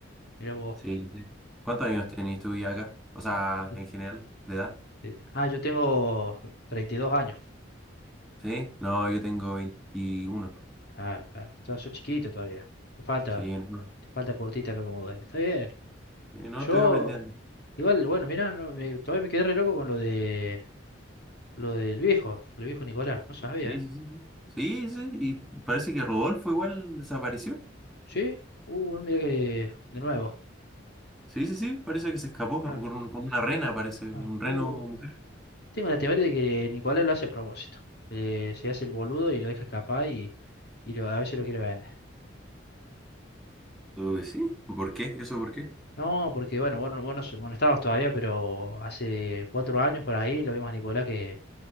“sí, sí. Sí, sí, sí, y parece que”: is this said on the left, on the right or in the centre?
Centre